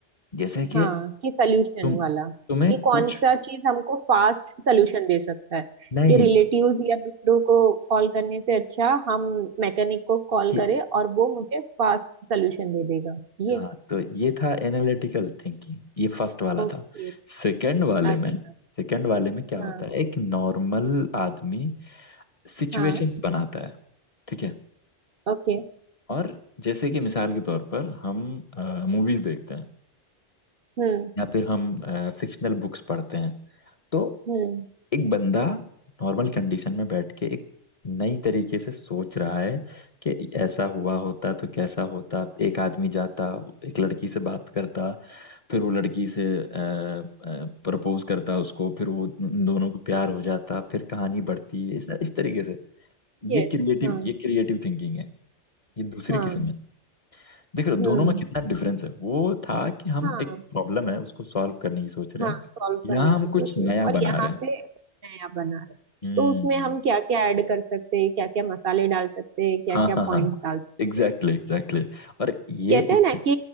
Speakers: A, on the left; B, on the right.
A: जैसे कि
B: हाँ कि सल्यूशन
A: तुम
B: वाला
A: तुम्हें
B: कि कौन
A: कुछ
B: सा चीज हमको फास्ट सल्यूशन दे सकता है
A: नहीं
B: कि रिलेटिव्स या दूसरों को कॉल करने से अच्छा हम मैकेनिक को कॉल
A: ये
B: करें और वो मुझे फास्ट सल्यूशन दे देगा
A: हाँ
B: ये
A: तो ये था एनालिटिकल थिंकिंग ये फर्स्ट वाला
B: ओके
A: था सेकंड वाले
B: अच्छा
A: में सेकंड वाले में क्या
B: हाँ
A: होता है एक नॉर्मल आदमी सिचुएशंस
B: हाँ
A: बनाता है ठीक है
B: ओके
A: और जैसे कि मिसाल के तौर पर हम मूवीज देखते हैं
B: हम्म
A: या फिर हम फिक्शनल बुक्स पढ़ते हैं तो
B: हम्म
A: एक बंदा नॉर्मल कंडीशन में बैठ के एक नई तरीके से सोच रहा है कि ऐसा हुआ होता तो कैसा होता एक आदमी जाता एक लड़की से बात करता फिर वो लड़की से प्रपोज करता उसको फिर वो उन दोनों को प्यार हो जाता फिर कहानी बढ़ती इस, इस तरीके से
B: यस
A: ये क्रिएटिव
B: हाँ
A: ये क्रिएटिव थिंकिंग है ये दूसरी
B: हाँ
A: किस्म है देख रहे हो
B: हम्म
A: दोनों में कितना डिफरेंस है वो था कि हम
B: हाँ
A: एक प्रॉब्लम है उसको सॉल्व करने की सोच रहे
B: हाँ
A: हैं
B: सॉल्व
A: यहाँ
B: करने की
A: हम
B: सोच
A: कुछ नया
B: रहे हैं। और
A: बना
B: यहाँ
A: रहे हैं
B: पे नया बना रहे हैं।
A: हम्म
B: तो उसमें हम क्या क्या ऐड कर सकते हैं क्या क्या मसाले डाल सकते हैं क्या
A: हाँ
B: क्या
A: हाँ
B: पॉइंट्स
A: हाँ
B: डाल सकते
A: एग्जैक्टली
B: हैं
A: एग्जैक्टली और ये
B: कहते
A: इस
B: हैं ना कि